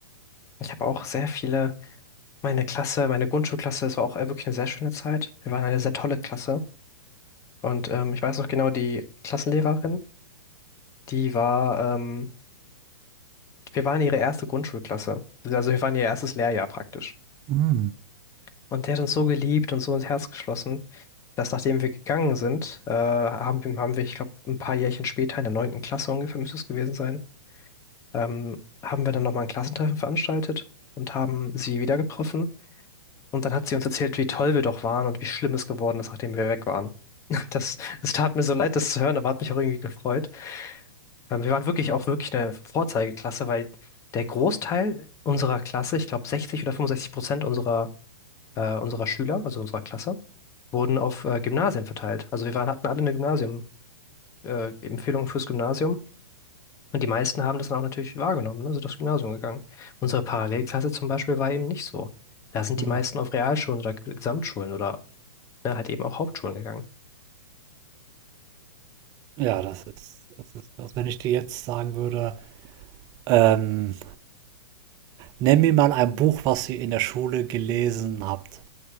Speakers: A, on the left; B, on the right.
A: Ich habe auch sehr viele, meine Klasse, meine Grundschulklasse, das war auch äh, wirklich eine sehr schöne Zeit. Wir waren eine sehr tolle Klasse. Und ähm, ich weiß noch genau, die Klassenlehrerin, die war, ähm, wir waren ihre erste Grundschulklasse. Also wir waren ihr erstes Lehrjahr praktisch.
B: Mm.
A: Und der hat uns so geliebt und so ins Herz geschlossen. dass nachdem wir gegangen sind, äh, haben, wir- haben wir, ich glaube, ein paar Jährchen später, in der neunten Klasse ungefähr müsste es gewesen sein, ähm, haben wir dann nochmal ein Klassentreffen veranstaltet und haben sie wieder getroffen. Und dann hat sie uns erzählt, wie toll wir doch waren und wie schlimm es geworden ist, nachdem wir weg waren. <laughs> Das, das tat mir so leid, das zu hören, aber hat mich auch irgendwie gefreut. Ähm, wir waren wirklich auch wirklich eine Vorzeigeklasse, weil der Großteil unserer Klasse, ich glaube 60 oder 65 Prozent unserer, äh, unserer Schüler, also unserer Klasse, wurden auf äh, Gymnasien verteilt. Also wir waren, hatten alle eine Gymnasium, äh, Empfehlungen fürs Gymnasium. Und die meisten haben das dann auch natürlich wahrgenommen, ne? Sind aufs Gymnasium gegangen. Unsere Parallelklasse zum Beispiel war eben nicht so. Da sind
B: Hm.
A: die meisten auf Realschulen oder Ge- Gesamtschulen oder ne, halt eben auch Hauptschulen gegangen.
B: Ja, das ist, das ist krass. Wenn ich dir jetzt sagen würde, ähm, nenn mir mal ein Buch, was ihr in der Schule gelesen habt.